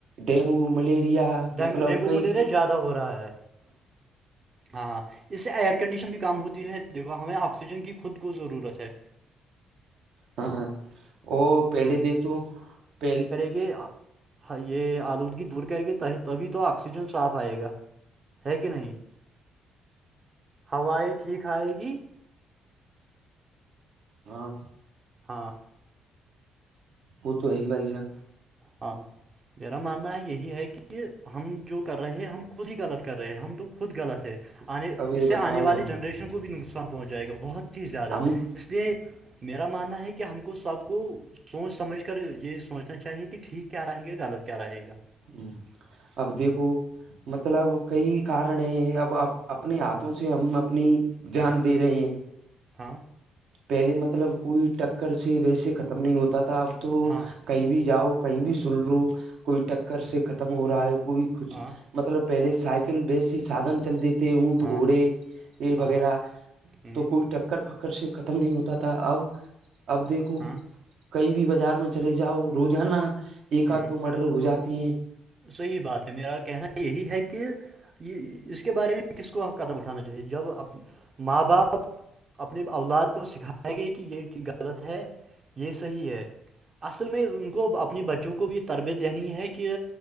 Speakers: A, on the right; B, on the right.
A: ڈینگو ملیریا
B: ڈینگ
A: مطلب
B: ڈینگو
A: کوئی
B: ملیریا زیادہ ہو رہا ہے ہاں اس سے ایئر کنڈیشن بھی کام ہوتی ہے دیکھو ہمیں آکسیجن کی خود کو ضرورت ہے
A: ہاں وہ پہلے دیکھ تو پہل
B: کہ یہ آلودگی دور کر کے تبھی تو آکسیجن صاف آئے گا ہے کہ نہیں ہوائ ٹھیک آئے گی
A: ہاں
B: ہاں
A: وہ تو یہ پائی جان
B: ہاں میرا ماننا یہی ہے کہ ہم جو کر رہے ہیں ہم خود ہی غلط کر رہے ہیں ہم تو خود غلط ہے آنے
A: اب
B: اس
A: یہ
B: سے
A: بتاؤ
B: آنے والی
A: اب
B: جنریشن کو بھی نقصان پہنچ جائے گا بہت ہی زیادہ
A: ہم
B: اس لیے میرا ماننا ہے کہ ہم کو سب کو سوچ سمجھ کر یہی سوچنا چاہیے کہ کہ ٹھیک کیا رہے گ غلط کیا رہے گا
A: ہ اب دیکھو مطلب کئی کارن ہیں اب اپنے ہاتھوں سے ہم اپنی جان دے رہے ہیں
B: ہاں
A: پہلے مطلب کوئی ٹکر سے ویسے ختم نہیں ہوتا تھا اب تو
B: ہاں
A: کہیں بھی جاؤ کہیں بھی سن رہو کوئی ٹکر سے ختم ہو رہا ہے کوئی کچھ
B: ہاں
A: مطلب پہلے سائیکل بیس ہی سادھن چل دی اونٹ
B: ہاں
A: گھوڑے یہ
B: ہاں
A: وغیرہ
B: ہوں
A: تو کوئی ٹکر فکر سے ختم نہیں ہوتا تھا اب اب دیکھو
B: ہاں
A: کئی بھی بازار میں چلے جاؤ روزانا ایک
B: ہوں
A: آدھ دو مٹر ہو جاتی ہیں
B: صحیح بات ہے میرا کہنا یہی ہے کہ یہ اس کے بارے میں کس کو قدم اٹھانا چاہیے جب ماں باپ اپنے اولاد کو سکھائائے گے کہ یہ غلط ہے یہ صحیح ہے اصل میں ان کو اپنے بچوں کو بھی تربیت دینی ہے کہ